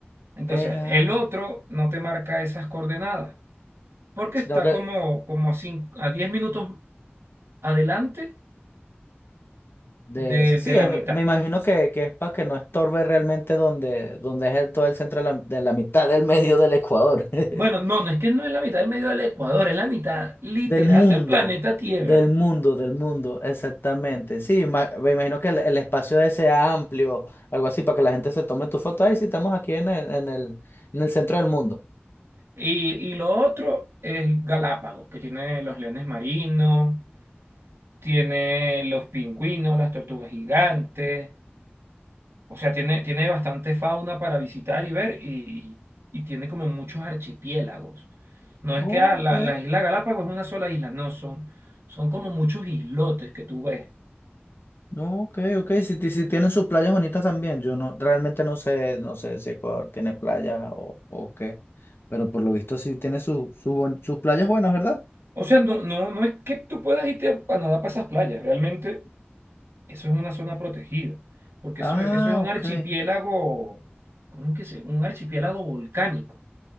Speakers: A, on the right (about 85°); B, on the left (about 65°).
A: Entonces,
B: Eh,
A: el otro no te marca esas coordenadas, porque
B: sino
A: está
B: que
A: como, como a, cin- a 10 minutos adelante
B: de,
A: de,
B: sí,
A: de la
B: es-
A: mitad.
B: me imagino que, que es para que no estorbe realmente donde, donde es el- todo el centro de la, de la mitad del medio del Ecuador.
A: Bueno,
B: <laughs>
A: no, no es que no es la mitad del medio del Ecuador, es la mitad literal
B: Del mundo,
A: del planeta Tierra.
B: del mundo, del mundo, exactamente. Sí, ma- me imagino que el, el espacio de sea amplio, algo así, para que la gente se tome tu foto. Ahí sí, estamos aquí en el, en el, en el centro del mundo.
A: Y, y lo otro es Galápagos, que tiene los leones marinos, tiene los pingüinos, las tortugas gigantes. O sea, tiene, tiene bastante fauna para visitar y ver y, y tiene como muchos archipiélagos. No es
B: Ok.
A: que ah, la, la isla Galápagos es una sola isla, no, son, son como muchos islotes que tú ves.
B: No, ok, ok. Si, ti- si tienen sus playas bonitas también. Yo no, realmente no sé, no sé si Ecuador tiene playa o, o qué. Pero por lo visto sí tiene su- su buen- sus playas buenas, ¿verdad?
A: O sea, no, no, no es que tú puedas irte a nadar para esas playas, realmente Eso es una zona protegida, porque
B: Ah,
A: eso, es- eso es un
B: ok.
A: archipiélago, ¿cómo es que se? Un archipiélago volcánico.